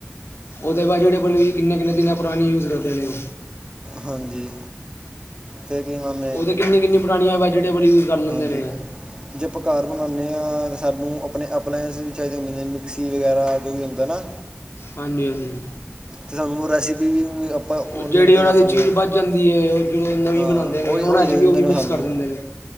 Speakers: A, on the left; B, on the right.
A: ਓਤਾ ਵੈਜੀਟੇਬਲ ਵੀ ਕਿੰਨੇ-ਕਿੰਨੇ ਦਿਨਾਂ ਪਰਾਨੀ ਯੂਜ਼ ਕਰਦੇ ਨੇ ਓ।
B: ਹਾਂਜੀ। ਦੇਖ ਨਾ ਮੈਂ
A: ਉਹਦੇ ਕਿੰਨੀ ਕਿੰਨੀ ਪੁਰਾਣੀਆਂ ਵੈਜੀਟੇਬਲ ਯੂਜ਼ ਕਰ ਲੈਂਦੇ
B: ਹਾਂਜੀ
A: ਨੇ
B: ਜੇ ਆਪਾਂ ਘਾਰ ਬਨਾਂਨੇ ਆਂ, ਤਾਂ ਸਾਨੂੰ ਅਪਨੇ ਆਪਣੇ ਵਾਸੇ ਵੀ ਚਾਈਦੇ ਹੁੰਦੇ ਨੇ ਮਿਕਸੀ ਵਗੈਰਾ ਜੋ ਵੀ ਹੋਂਦਾ ਨਾ।
A: ਹਾਂਜੀ ਹਾਂਜੀ
B: ਤੇ ਸਾਨੂੰ ਓ ਰੈਸਪੀ ਵੀ ਆਪਾਂ
A: ਉਹ
B: ਓਨਲਾਈਨ
A: ਜਿਹੜੀ
B: ਪਤਾ
A: ਉਹਨਾਂ
B: ਕਾਰ
A: ਦੀ
B: ਸਕਨੇ
A: ਚੀਜ਼ ਬਚ ਜਾਂਦੀ ਹੈ ਉਹ ਜਦੋਂ ਨਵੀਂ
B: ਆ, ਹਾਂ
A: ਬਣਾਉਂਦੇ ਨੇ
B: ਓਈ-ਓਈ
A: ਉਹਨਾਂ
B: ਦੇ
A: 'ਚ ਵੀ
B: ਦਿੰਦੇ
A: ਉਹ ਵੀ
B: ਨੇ
A: ਮਿਕਸ
B: ਸਾਨੂੰ।
A: ਕਰ ਦਿੰਦੇ ਨੇ